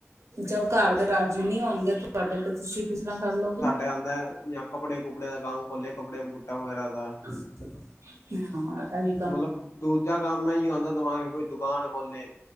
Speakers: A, on the right (about 80°); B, on the left (about 65°).
A: ਜਦੋਂ ਘਰ ਦੇ ਰਾਜ਼ੀ ਨਹੀਂ ਹੋਣਗੇ ਤਾਂ ਤੁਹਾਡੇ ਤੇ ਤੁਸੀਂ ਕਿਸ ਤਰ੍ਹਾਂ ਕਰ ਲੋਗੇ।
B: ਆਂਦਾ ਜਾਂ ਕੱਪੜੇ ਕੁੱਪੜੇ ਦਾ ਕੰਮ ਖੋਲੇ ਕੱਪੜੇ ਬੂਟਾ ਵਗੈਰਾ ਦਾ।
A: <inaudible> ਹਾਂ ਐਹੀ
B: ਮਤਲਬ ਦੂਜਾ ਕੰਮ ਐ ਹੁੰਦਾ ਜੀ ਦਿਮਾਗ ਕੋਈ ਦੁਕਾਨ ਖੋਲੇ।